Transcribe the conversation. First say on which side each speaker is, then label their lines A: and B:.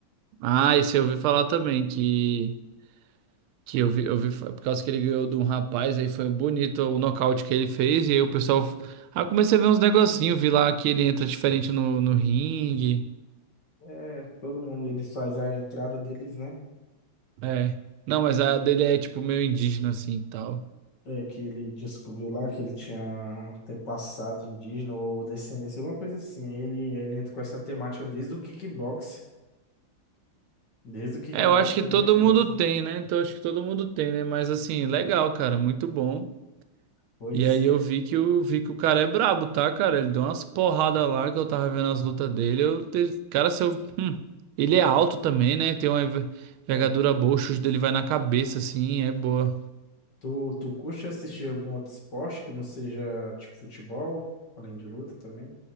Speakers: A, on the right (about 85°); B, on the left (about 55°).
A: Ah, esse eu ouvi falar também, que, que eu vi, eu vi, fa- por causa que ele ganhou de um rapaz, aí foi bonito o nocaute que ele fez, e aí o pessoal. f- Ah, eu comecei a ver uns negocinhos, vi lá que ele entra diferente no, no ringue.
B: é... Todo mundo, eles faz a entrada deles, né?
A: É. Não, mas a dele é tipo meio indígena assim e tal.
B: É, que ele descobriu lá que ele tinha ter passado indígena ou descendência, alguma coisa assim. Aí ele, aí ele entra com essa temática desde o kickbox. Desde o kickbox
A: É, eu acho que
B: ele
A: todo
B: entra
A: mundo
B: nessa.
A: tem, né? Então acho que todo mundo tem, né? Mas assim, legal, cara, muito bom.
B: Pois
A: E aí eu vi que o, vi que o cara é brabo, tá, cara? Ele deu umas porradas lá que eu tava vendo as lutas dele. Eu, te- cara, se eu, hum, ele
B: é.
A: é alto também, né? Tem uma enver- envergadura
B: É, é.
A: boa, o chute dele vai na cabeça, assim, é boa.
B: Tu, tu curte assistir algum outro esporte que não seja tipo futebol, além de luta também?